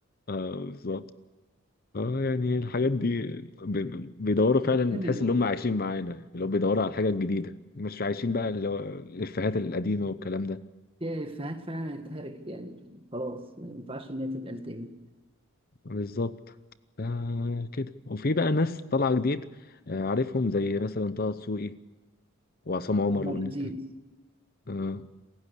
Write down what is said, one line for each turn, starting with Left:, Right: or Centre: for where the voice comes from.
Left: اه بالظبط اه يعني الحاجات دي ب- بيدوروا فعلا
Right: <laughs> استنى
Left: تحس
Right: الوقت
Left: ان هم عايشين معانا اللي هو بيدوروا على الحاجه الجديده مش عايشين بقى اللي هو الافيهات القديمه والكلام ده
Right: في إفيهات <laughs> فعلا اتهركت يعني خلاص ما ينفعش إن هي تتقال تاني
Left: بالظبط آه كده وفي بقى ناس طالعه جديد آه عارفهم زي مثلا طه دسوقي وعصام عمر
Right: هو
Left: والناس
Right: لذيذ
Left: دي آه